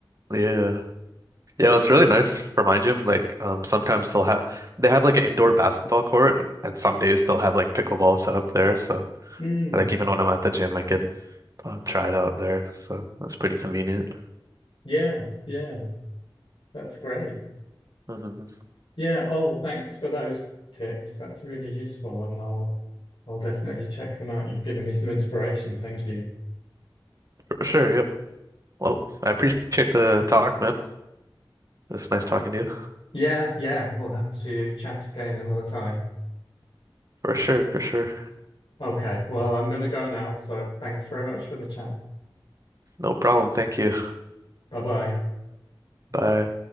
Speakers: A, on the right; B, on the left.
A: Yeah. Yeah, it's really nice for my gym. Like, um, sometimes they'll have they have like an indoor basketball court, and and some days they'll have like pickleball set up there. So,
B: Mm,
A: like, even when I'm at the gym, I can um, try it out there. So that's pretty convenient.
B: yeah, yeah, that's great.
A: hmm
B: Yeah. Oh, well, thanks for those tips. That's really useful, and I'll I'll definitely check them out. You've given me some inspiration. Thank you.
A: For sure. Yep. Well, I appreciate the talk, man. It's nice talking to you.
B: Yeah, yeah, we'll have to chat again another time.
A: For sure. For sure.
B: Okay, well, I'm going to go now. So thanks very much for the chat.
A: No problem. Thank you.
B: Bye bye.
A: Bye.